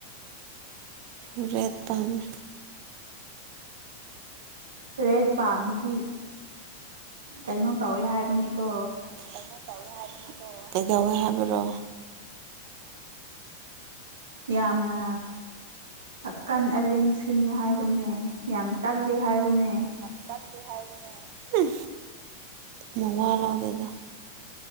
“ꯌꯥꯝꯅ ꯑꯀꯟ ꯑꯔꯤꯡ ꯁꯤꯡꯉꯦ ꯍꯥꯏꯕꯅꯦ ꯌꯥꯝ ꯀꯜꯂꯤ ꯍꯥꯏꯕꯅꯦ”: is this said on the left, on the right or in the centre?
Right